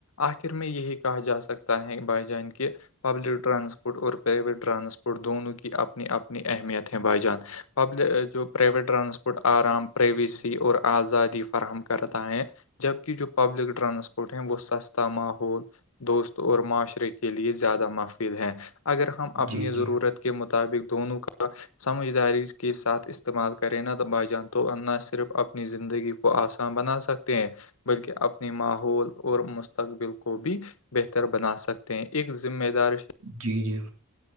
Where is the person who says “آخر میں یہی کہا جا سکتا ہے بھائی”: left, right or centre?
Left